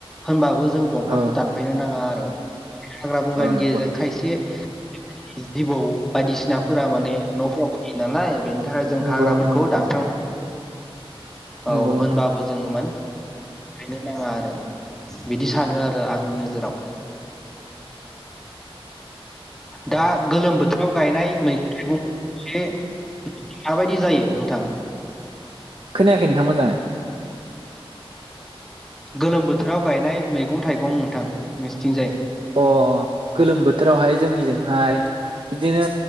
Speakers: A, in the centre; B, on the right.
A: होनबाबो जों दं बिफांखौ
B: औ
A: दानफायनो नाङा आरो। हाग्रा बंग्रानि
B: औ नंगौ
A: गेजेरजों
B: नोंथां
A: खायसे बेबायदि जिबौ बायदिसिनाफोरा माने न'फोराव फैयो नालाय बेन थाहाय जों
B: नंगौ
A: हाग्राफोरखौ
B: नोंथां नंगौ
A: दानमस्रं औ
B: नंगौ नोंथां
A: होनबाबो जोङो मान थायनो नाङा आरो बिदि सानो आत नेजेराव दा गोलोम बोथोराव गायनाय मैगुं से माबायदि जायो नोंथां?
B: खोनायाखै नोंथां मोजाङै।
A: गोलोम बोथोराव गायनाय मैगं थाइगं नोंथां नोंसिथिंजाय
B: अ गोलोम बोथोरावहाय जोंनिजोंहाय बिदिनो